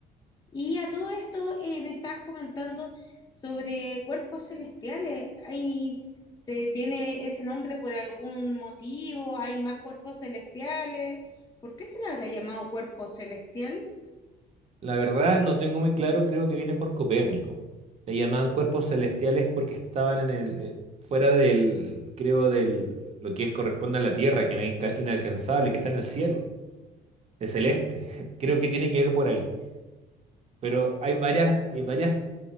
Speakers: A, on the left; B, on the right.
A: Y a todo esto eh, me estabas comentando sobre cuerpos celestiales. ¿Hay, se tiene ese nombre por algún motivo? ¿Hay más cuerpos celestiales? ¿Por qué se le habría llamado cuerpo celestial?
B: La verdad no tengo muy claro, creo que viene por Copérnico. Le llamaban cuerpos celestiales porque estaban en el, eh, fuera del, creo, del, lo que es corresponde a la Tierra, que no es inca- inalcanzable, que está en el cielo, de celeste. <laughs> Creo que tiene que ver por ahí. Pero hay varias, hay varias